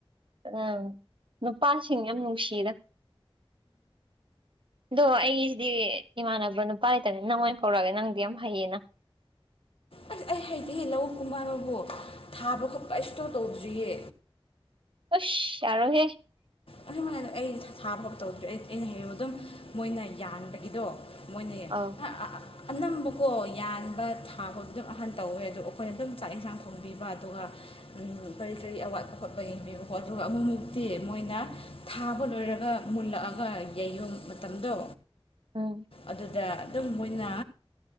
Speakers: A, on the right (about 60°); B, on the left (about 70°).
A: ꯎꯝ ꯅꯨꯄꯥꯁꯤꯡ ꯌꯥꯝ ꯅꯨꯡꯁꯤꯌꯦꯗ ꯑꯗꯣ ꯑꯩꯁꯤꯗꯤ ꯏꯃꯥꯟꯅꯕ ꯅꯨꯄꯥ ꯂꯩꯇꯕꯅꯤ ꯅꯪ ꯑꯣꯏꯅ ꯀꯧꯔꯛꯑꯒꯦ ꯅꯪꯗꯤ ꯌꯥꯝ ꯍꯩꯌꯦꯅ
B: ꯑꯁ ꯑꯩ ꯍꯩꯇꯦꯍꯦ ꯂꯧ ꯀꯨꯝꯕ ꯍꯥꯏꯕꯕꯨ ꯊꯥꯕ ꯈꯣꯠꯄ ꯑꯩ ꯁꯨꯡꯇꯧ ꯇꯧꯗ꯭ꯔꯤꯌꯦ
A: ꯑꯁ ꯌꯥꯔꯣꯏ ꯍꯦ
B: ꯑ ꯑꯩ ꯊꯥꯕ ꯇꯧꯗ꯭ꯔꯦ ꯑꯩ ꯑꯩꯅ <unintelligible> ꯑꯗꯨꯝ ꯃꯣꯏꯅ ꯌꯥꯟꯕꯒꯤꯗꯣ <unintelligible>
A: ꯑꯧ
B: ꯑꯥ ꯑꯥ ꯑꯥ ꯑꯅꯝꯕꯀꯣ ꯌꯥꯟꯕ ꯊꯥꯕ ꯑꯗꯨꯝ ꯑꯍꯟ ꯇꯧꯋꯦ ꯑꯗꯣ ꯑꯩꯈꯣꯏꯅ ꯑꯗꯨꯝ ꯆꯥꯛ ꯏꯟꯁꯥꯡ ꯊꯣꯡꯕꯤꯕ ꯑꯗꯨꯒ ꯀꯔꯤ ꯀꯔꯤ ꯑꯋꯥꯠꯄ ꯈꯣꯠꯄ ꯌꯦꯡꯕꯤꯕꯀꯣ ꯑꯗꯨꯒ ꯑꯃꯨꯛꯃꯨꯛꯇꯤ ꯃꯣꯏꯅ ꯊꯥꯕ ꯂꯣꯏꯔꯒ ꯃꯨꯜꯂꯛꯑꯒ ꯌꯩꯕ ꯃꯇꯝꯗꯣ
A: ꯎꯝ
B: ꯑꯗꯨꯗ ꯑꯗꯨꯝ ꯃꯣꯏꯅ